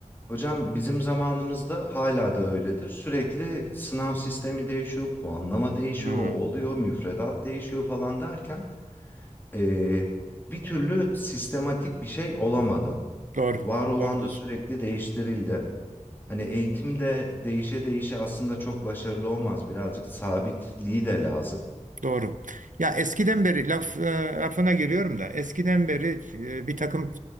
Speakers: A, on the left; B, on the right.
A: Hocam bizim zamanımızda hala da öyledir. Sürekli sınav sistemi değişiyor, puanlama değişiyor,
B: Hmm,
A: o oluyor, müfredat değişiyor falan derken eee, bir türlü sistematik bir şey olamadı.
B: doğru.
A: Var olan
B: Doğru diyorsun.
A: da sürekli değiştirildi. Hani eğitimde değişe değişe aslında çok başarılı olmaz. Birazcık sabitliği de lazım.
B: Doğru. Ya eskiden beri laf e, lafına giriyorum da eskiden beri e, bir takım